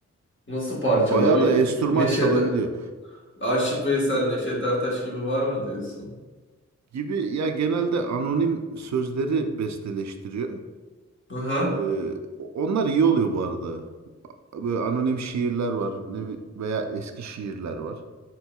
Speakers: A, on the left (about 40°); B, on the right (about 65°).
A: Nasıl parçaları?
B: Ya Baya da enstrüman
A: Neşet
B: çalabiliyor.
A: Aşık Veysel, Neşet Ertaş gibi var mı diyorsun?
B: Gibi ya genelde anonim sözleri besteleştiriyor.
A: Aha.
B: Ee, onlar iyi oluyor bu arada. Böyle anonim şiirler var ne bi- veya eski şiirler var.